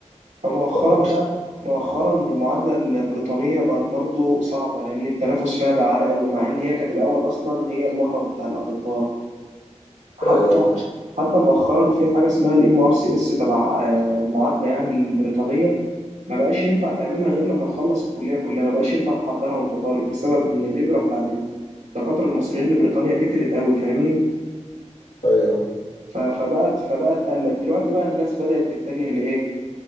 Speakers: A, on the right; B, on the left.
A: فمؤخرا
B: اه
A: بقى مؤخرا المعادلة البريطانية بقت برضو صعبة لأن التنافس فيها بقى عالي قوي مع إن هي كانت الأول أصلا هي المهرب بتاع الأطباء حتى
B: ايوه
A: حتى مؤخرا في حاجه اسمها الام ار سي اس تبع آه، المعادله يعني البريطانيه ما بقاش ينفع تعملها غير لما تخلص الكليه كلها ما بقاش ينفع تحضرها وانت طالب بسبب ان الهجره بتاعت الدكاتره المصريين لبريطانيا كترت قوي فاهمني
B: ايوه
A: ف- فبقت فبقت قلت دلوقتي بقى الناس بدات تتجه لايه